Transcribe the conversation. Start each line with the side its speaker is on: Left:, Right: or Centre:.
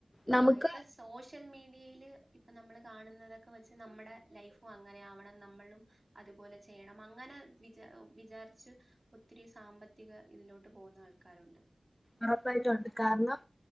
Left: നമുക്ക്
Right: ആഹ് ഇപ്പ സോഷ്യൽ മീഡിയയില് ഇപ്പം നമ്മൾ കാണുന്നതൊക്കെ വെച്ച് നമ്മുടെ ലൈഫും അങ്ങനെ ആവണം നമ്മളും അതുപോലെ ചെയ്യണം അങ്ങനെ വിച വിചാരിച്ചു ഒത്തിരി സാമ്പത്തിക ഇതിലോട്ട് പോകുന്ന ആൾക്കാരുണ്ട്
Left: ഉറപ്പായിട്ടുണ്ട് കാരണം